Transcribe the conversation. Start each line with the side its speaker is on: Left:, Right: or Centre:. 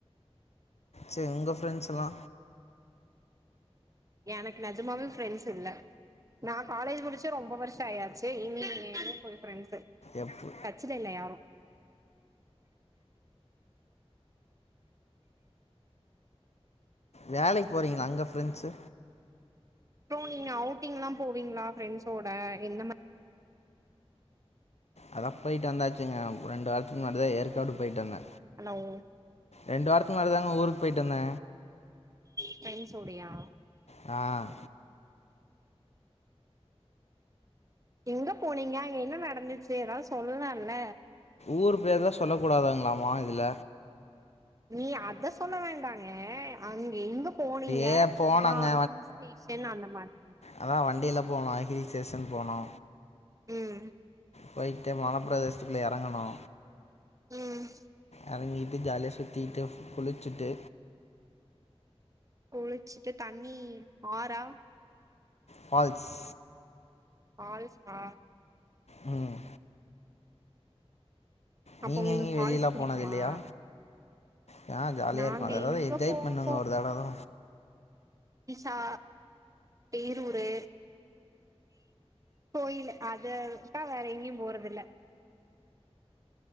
Left: சே உங்க ஃப்ரெண்ட்ஸெல்லா
Right: எனக்கு நெஜமாவே ஃப்ரெண்ட்ஸ் இல்ல நா காலேஜ் முடிச்சு ரொம்ப வருஷ ஆயாச்சு இனி <inaudible> போய் ஃப்ரெண்ட்ஸ்
Left: எப்பு
Right: டச்ல இல்ல யாரு
Left: வேலைக்கு போறீங்களே அங்க ஃப்ரெண்ட்ஸு
Right: ப்ரோ நீங்க அவுட்டிங்ல்லா போவீங்களா ஃப்ரெண்ட்ஸோட என்ன மா
Left: அதா போயிட்டு வந்தாச்சுங்க ரெண்டு வாரத்துக்கு முன்னாடி தா ஏற்காடு போய்ட்டு வந்த
Right: ஹலோவ்
Left: ரெண்டு வாரத்துக்கு முன்னாடி தாங்க ஊருக்கு போயிட்டு வந்த
Right: ஃப்ரெண்ட்ஸோடையா
Left: ஆ
Right: எங்க போனீங்க அங்க என்ன நடந்துச்சு எதா சொல்லால்ல
Left: ஊர் பேர்தா சொல்லக்கூடாதாங்களாமா இதுல
Right: நீ அத சொல்ல வேண்டாங்க அங்க எங்க போனீங்க
Left: ஏ போனோங்க
Right: சும்மா ஹில் ஸ்டேஷன் அந்த மாதிரி
Left: அதா வண்டில போனோ ஹில் ஸ்டேஷன் போனோ
Right: ம்
Left: போய்ட்டு மலப்பிரதேசத்துக்குள்ள எறங்கணோ
Right: ம்
Left: எறங்கிட்டு ஜாலியா சுத்தீட்டு குளிச்சிட்டு
Right: குளிச்சிட்டு தண்ணி ஆறா
Left: ஃபால்ஸ்
Right: ஃபால்ஸா
Left: ம் நீங்க
Right: அப்ப உங்களுக்கு
Left: எங்கயு
Right: ஃபால்ஸ்
Left: வெளிலா
Right: புடிக்குமா
Left: போனது இல்லையா நா ஜாலியா
Right: நாங்க
Left: இருப்ப அதத
Right: எங்க
Left: என்ஜாய்
Right: போக
Left: பண்ணுங்க ஒரு தட தா
Right: விசா பேரூரு கோயிலு அத விட்டா வேற எங்கேயு போறதில்ல